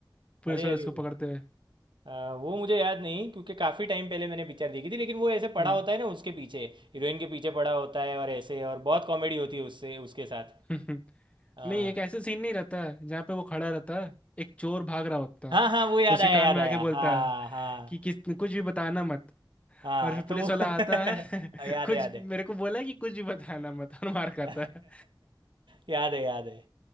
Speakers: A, on the left; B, on the right.
A: पुलिस
B: अरे
A: वाले
B: अरे
A: उसको पकड़ते हुए
B: अ, वो मुझे याद नहीं क्योंकि काफ़ी टाइम पहले मैंने पिक्चर देखी थी लेकिन वो ऐसे पड़ा
A: हम्म
B: होता है ना उसके पीछे हीरोइन के पीछे पड़ा होता है और ऐसे और बहुत कॉमेडी होती है उससे उसके साथ
A: <laughs>
B: अ,
A: नहीं एक ऐसे सीन नहीं रहता है जहाँ पे वो खड़ा रहता है एक चोर भाग रहा होता
B: हाँ
A: है
B: हाँ वो याद
A: उसके
B: आया
A: कान
B: याद
A: में
B: आया
A: आके बोलता
B: हाँ
A: है
B: हाँ
A: कि किस कुछ भी बताना मत
B: हाँ
A: और फिर पुलिस
B: तो वो <laughs>
A: वाला आता है <laughs>
B: याद
A: कुछ
B: है याद
A: मेरे
B: है
A: को बोला है कि कुछ भी बताना मत और मार खाता
B: <laughs>
A: है
B: याद है याद है